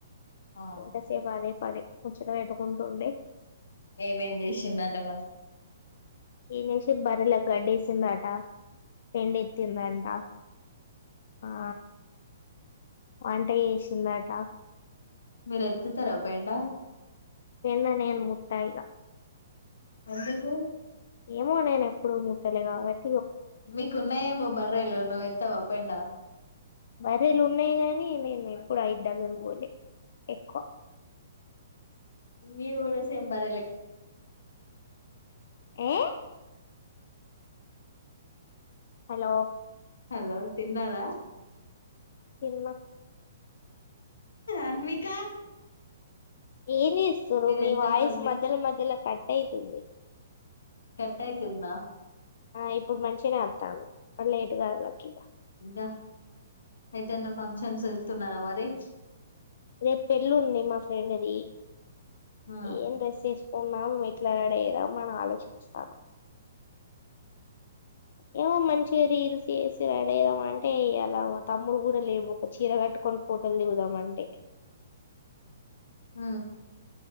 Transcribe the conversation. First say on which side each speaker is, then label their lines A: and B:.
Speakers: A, on the left; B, on the left.
A: ఆ
B: ఎంతసేపు అదే పడి ముచ్చట పెట్టుకుంటుండే
A: ఏమేం చేసిందంట మరి
B: ఈనేసి బర్రెలా గడ్డేసిందట పెండ ఎత్తిందంట ఆ వంట చేేసిందట
A: మీరు ఎత్తుతార పెండ
B: వెన్న నేను ముట్టఇగ
A: ఎందుకు
B: ఏమో నేను ఎప్పుడు ముట్టలే కావట్
A: మీకున్నాయేమో బర్రెలు నువ్వుత్తావా పెండ
B: బర్రె లు ఉన్నాయి గానీ నేను ఎప్పుడు అయిదు దగ్గర పోలే ఎక్కువ
A: మీరు కూడా సేమ్ బర్రె లే
B: ఆ హలో
A: హలో తిన్నారా
B: తిన్న
A: అన్వికా
B: ఏం చేస్తురు మీ
A: ఎంత
B: వయిస్
A: మంది
B: మధ్య ల మధ్య ల కట్ అయితుంది
A: కట్టయితుందా
B: ఆ ఇప్పుడు మంచినే అత్తంది మల్లెటూ కదులాకు ఇగ
A: దా అ ఏదన ఫంక్షన్స్ వెళ్తున్నార మరి అద <unintelligible>
B: రేపు పెళ్ళి ఉంది మా ఫ్రెండ్ది
A: ఉమ్
B: ఏం డ్రెస్ వేస్ కుందాం ఎట్ల రడైదాం అని ఆలోచించుతన ఏమో మంచిగా రీల్స్ చేసి రెడీ ఆవుదాం అంటే ఇలా తమ్ముడు కూడా లేడు ఒక చీర కట్టుకొని ఫోటోలు దిగుదాం అంటే
A: ఉ